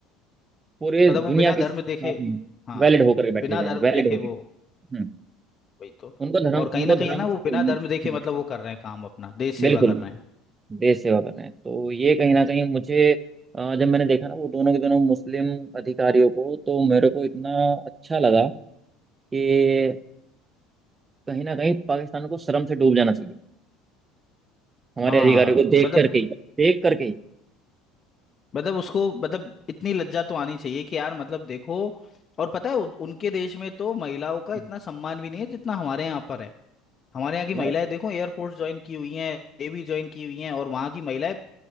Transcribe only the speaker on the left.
मतलब वो
बिना
धर्म
देखे
हाँ
बिना
धर्म
देखे
वो
वही तो
और कहीं
ना कहीं
है ना
वो
बिना
धर्म
देखे मतलब वो कर रहे हैं काम अपना देश
सेवा कर रहे हैं
हाँ
मतलब
मतलब उसको मतलब इतनी लज्जा तो आनी चाहिए कि यार मतलब देखो और पता है उन- उनके देश में तो महिलाओं का
इतना सम्मान भी नहीं है जितना हमारे यहाँ पर है हमारे यहाँ की महिलाएं
देखो एयरफोर्स ज्वाइन की हुई हैं नेवी ज्वाइन की हुई हैं और वहाँ की महिलाएं